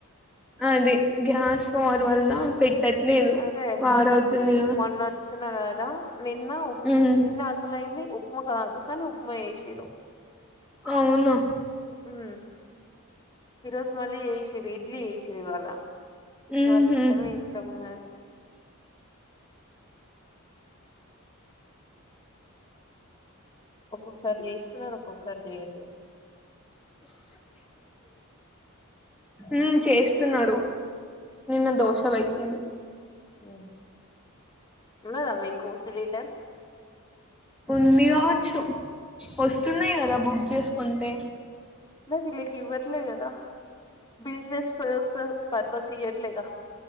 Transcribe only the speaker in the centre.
అదే గ్యాస్ ఫావర్ వల్ల పెట్టట్లేదు.
వారవుతుంది
గదా!
హ్మ్.
అవునా
హుహు.
ఉమ్ చేస్తున్నారు నిన్న దోశ పెట్టింది.
ఉంది గా వచ్చు వస్తున్నాయి కదాబూ చేసుకుంటే